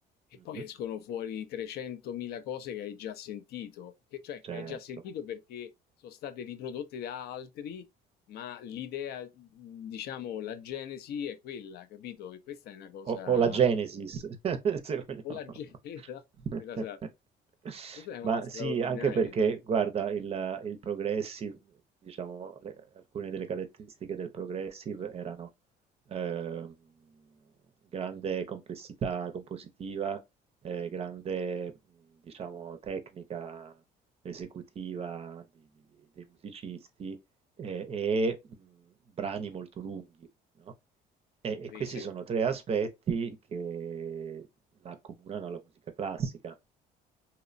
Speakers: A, on the left (about 70°); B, on the right (about 35°).
A: e
B: Mhm,
A: poi escono fuori 300.000 cose che hai già sentito, che, cioè
B: certo.
A: che hai già sentito perché sono state riprodotte da altri, ma l'idea, mh, diciamo, la genesi è quella, capito? E questa è una cosa...
B: O o la Genesis, <laughs> se vogliamo.
A: O la genesi, <laughs>
B: <laughs>
A: la sa, questa è una
B: Ma
A: cosa
B: sì,
A: straordinaria.
B: anche perché guarda il il progressive, diciamo le alcune delle caratteristiche del progressive erano, ehm, grande complessità compositiva, ehm, grande, mhmm, diciamo tecnica esecutiva di di dei musicisti, ehm, e, mhmm, brani molto lunghi, no? E e
A: Sì,
B: questi
A: sì.
B: sono 3 aspetti che la accomunano alla musica classica,